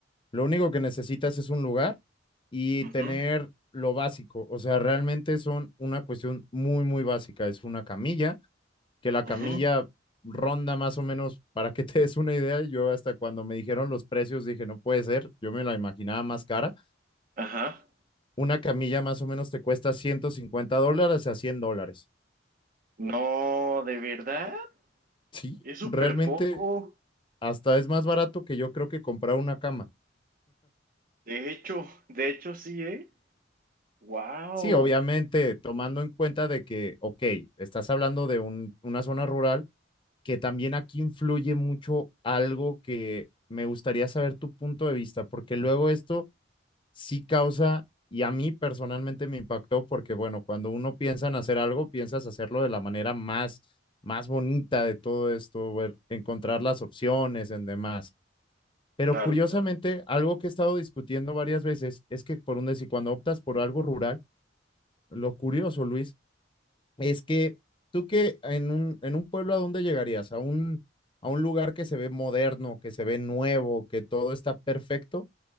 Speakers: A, on the left (about 25°); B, on the right (about 50°).
A: Lo único que necesitas es un lugar y
B: ujú,
A: tener lo básico. O sea, realmente son una cuestión muy, muy básica. Es una camilla, que la
B: ujú.
A: camilla ronda más o menos, para que <laughs> te des una idea, yo hasta cuando me dijeron los precios dije, no puede ser, yo me la imaginaba más cara.
B: Ajá.
A: Una camilla más o menos te cuesta 150 dólares a 100 dólares.
B: No, de verdad,
A: Sí,
B: es súper
A: realmente
B: poco.
A: hasta es más barato que yo creo que comprar una cama.
B: De hecho, de hecho sí, ¿eh? Wow.
A: Sí, obviamente tomando en cuenta de que, ok, estás hablando de un, una zona rural que también aquí influye mucho algo que me gustaría saber tu punto de vista, porque luego esto sí causa, y a mí personalmente me impactó, porque bueno, cuando uno piensa en hacer algo, piensas hacerlo de la manera más, más bonita de todo esto, ver- encontrar las opciones en demás. Pero
B: Claro,
A: curiosamente,
B: claro.
A: algo que he estado discutiendo varias veces es que por un decir, cuando optas por algo rural, lo curioso, Luis, es que tú que en un, en un pueblo a dónde llegarías, a un, a un lugar que se ve moderno, que se ve nuevo, que todo está perfecto,